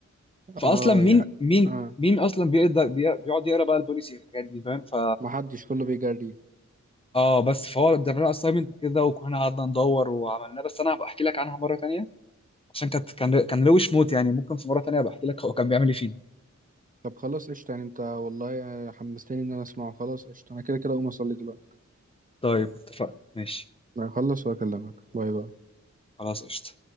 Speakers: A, on the left; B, on the right.
A: فاصلا
B: اه
A: مين
B: يعني
A: مين
B: اه
A: مين اصلا بيقدر بي- بيقعد يقرا بقى البوليسي والحاجات دي فاهم ف
B: ما حدش كله بيجري
A: اه بس فهو ادالنا اسايمنت كده وكنا قعدنا ندور وعملناه بس انا هبقى احكي لك عنها مره تانية عشان كانت كان كان روش موت يعني ممكن في مره تانية ابقى احكي لك هو كان بيعمل ايه فينا
B: طب خلاص قشطة يعني انت والله حمستني ان انا اسمعه خلاص قشطة انا كده كده اقوم اصلي دلوقتي
A: طيب اتفقنا ماشي
B: هخلص واكلمك باي باي
A: خلاص قشطه